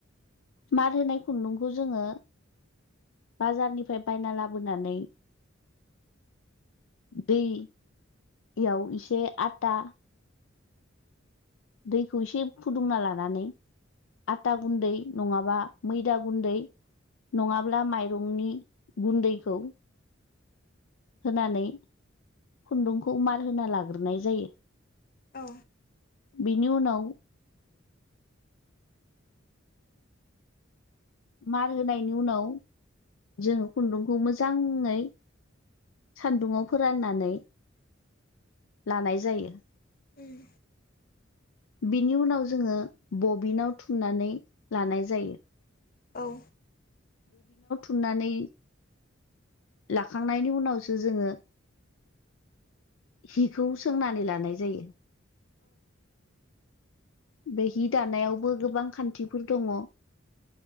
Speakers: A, on the left; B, on the left.
A: मार होनाय खुन्दुंखौ जोङो बाजारनिफ्राय बायना लाबोनानै दैयाव इसे आता दैखौ एसे फुदुंना लानानै आता गुन्दै नङाबा मैदा गुन्दै नङाब्ला माइरंनि गुन्दैखौ होनानै खुन्दुंखौ मार होना लाग्रोनाय जायो।
B: औ
A: बिनि उनाव मार होनायनि उनाव जों खुन्दुंखौ मोजाङै सान्दुुंआव फोराननानै लानाय जायो।
B: उम
A: बिनि उनाव जोङो बबिनाव थुमनानै लानाय जायो।
B: औ
A: थुनानै लाखांनायनि उनावसो जोङो हिखौ सोंनानै लानाय जायो। बे हि दानायावबो गोबां खान्थिफोर दङ।